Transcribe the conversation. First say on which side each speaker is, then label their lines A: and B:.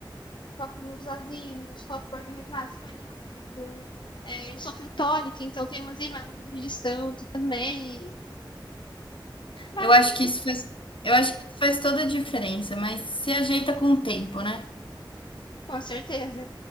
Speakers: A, on the left; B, on the left.
A: coloco nos vasinhos, coloco porta-retrato espalhado. É, eu sou católica, então tem umas imagens de santo também. Vai,
B: Eu acho que isso faz eu acho que isso faz toda a diferença, mas se ajeita com o tempo, né.
A: com certeza.